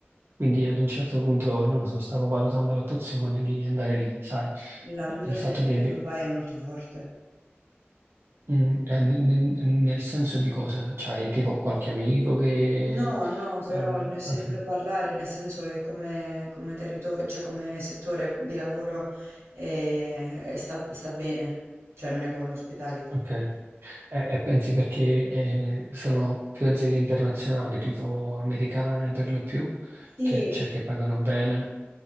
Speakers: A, on the right (about 60°); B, on the right (about 80°).
A: Quindi ad un certo punto, non lo so, stavo valutando l'opzione di andare lì, sai.
B: l'ambito
A: Eh, Il fatto
B: sanitario
A: che beh,
B: a Dubai è molto forte.
A: Mm, eh, ne- ne- nel senso di cosa? C'hai tipo qualche amico che...
B: No, no, però
A: ah,
B: ne ho sentito
A: ok,
B: parlare, nel senso che come, come territorio, cioè come settore di lavoro eh, eh, sta, sta bene, cioè non è come l'hospitality.
A: ok. E, e pensi perché eh, sono più aziende internazionali, tipo americane per lo più,
B: Sì,
A: che, cioè, che pagano bene?